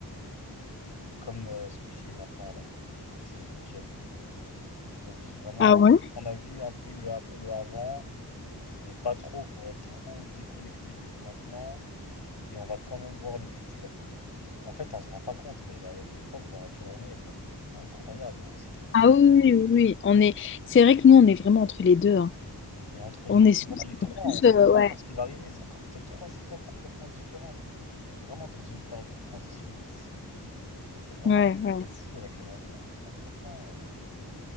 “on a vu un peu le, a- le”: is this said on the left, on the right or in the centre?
Left